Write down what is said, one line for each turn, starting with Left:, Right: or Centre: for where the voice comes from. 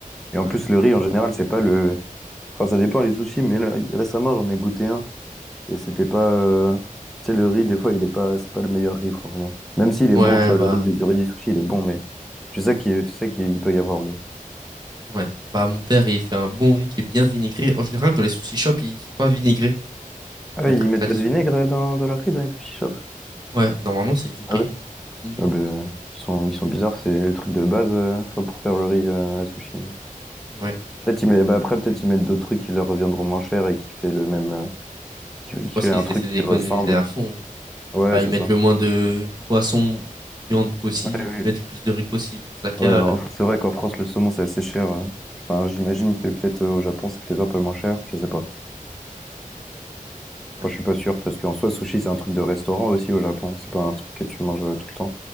Centre: Et en
Right: Ouais.
Centre: plus, le riz, en général, c'est pas le... Enfin, ça dépend les sushis, mais là, récemment, j'en ai goûté un. Et c'était pas... euh, Tu sais, le riz, des fois, il est pas... C'est pas le meilleur riz, franchement. Même s'il est
Right: Ouais,
Centre: bon, tu vois,
Right: bah,
Centre: le riz, du- du riz du sushi, il est bon, mais tu sais qu'il, tu sais qu'il peut y avoir mieux.
Right: ouais. Bah, mon père, il fait un bon riz qui est bien vinaigré. En général, dans les sushi shops, ils sont pas vinaigrés,
Centre: Ah,
Right: les
Centre: oui,
Right: trucs
Centre: ils mettent
Right: traditionnels.
Centre: pas de vinaigre euh, dans, dans leur riz, dans les sushi shops?
Right: Ouais, normalement, c'est du
Centre: Ah
Right: riz
Centre: ouais?
Right: vinaigré.
Centre: Ah ben,
Right: Ouais.
Centre: ils sont, ils sont bizarres, c'est le truc de base euh, enfin, pour faire le riz euh, à sushi.
Right: Ouais.
Centre: Peut-être ils mettent, bah après, peut-être ils mettent d'autres trucs qui leur reviendront moins cher et qui fait le même, euh, qui,
Right: Je
Centre: qui
Right: pense
Centre: fait
Right: qu'ils
Centre: un truc
Right: essaient
Centre: qui
Right: d'économiser
Centre: ressemble.
Right: à fond.
Centre: Ouais,
Right: Bah,
Centre: c'est
Right: ils mettent
Centre: ça.
Right: le moins de poissons, viande possible,
Centre: Ouais, oui.
Right: ils mettent le plus de riz possible pour que ça cale.
Centre: Ouais, en- c'est vrai qu'en France, le saumon, c'est assez cher. euh. Enfin, j'imagine
Right: Mm.
Centre: que peut-être euh, au Japon, c'est peut-être un peu moins cher. Je sais pas.
Right: Ouais.
Centre: Enfin, je suis pas sûr parce qu'en soi, sushi, c'est un truc de restaurant aussi au Japon. C'est pas un truc que tu manges euh, tout le temps.